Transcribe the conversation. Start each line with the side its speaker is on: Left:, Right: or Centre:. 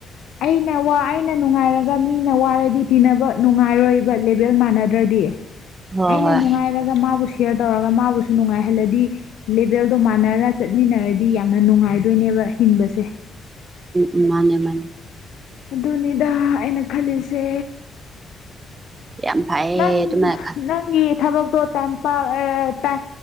Left: ꯑꯩꯅ ꯋꯥ ꯑꯩꯅ ꯅꯨꯡꯉꯥꯏꯔꯒ ꯃꯤꯅ ꯋꯥꯔꯗꯤ ꯇꯤꯟꯅꯕ ꯅꯨꯡꯉꯥꯏꯔꯣꯏꯕ ꯂꯦꯕꯦꯜ ꯃꯥꯟꯅꯗꯦ ꯗ꯭ꯔꯗꯤ
Right: ꯍꯣꯏ
Left: ꯑꯩꯅ
Right: ꯍꯣꯏ
Left: ꯅꯨꯡꯉꯥꯏꯔꯒ ꯃꯥꯕꯨ ꯁꯌꯔ ꯇꯧꯔꯒ ꯃꯥꯕꯨꯁꯨ ꯅꯨꯡꯉꯥꯏꯍꯜꯂꯗꯤ ꯂꯦꯚꯦꯜꯗꯣ ꯃꯥꯟꯅꯔꯒ ꯆꯠꯃꯤꯟꯅꯔꯗꯤ ꯌꯥꯝꯅ ꯅꯨꯡꯉꯥꯏꯗꯣꯏꯅꯦꯕ ꯍꯤꯡꯕꯁꯦ꯫
Right: ꯎꯝ ꯃꯥꯅꯦ ꯃꯥꯅꯦ꯫
Left: ꯑꯗꯨꯅꯤꯗ ꯑꯩꯅ ꯈꯜꯂꯤꯁꯦ꯫
Right: ꯌꯥꯝꯝ ꯐꯥꯏꯌꯦ
Left: ꯅꯪ
Right: ꯇꯨꯃꯥ ꯈꯟ
Left: ꯅꯪꯒꯤ ꯊꯕꯛꯇꯣ ꯇꯄꯥꯛ ꯑꯥ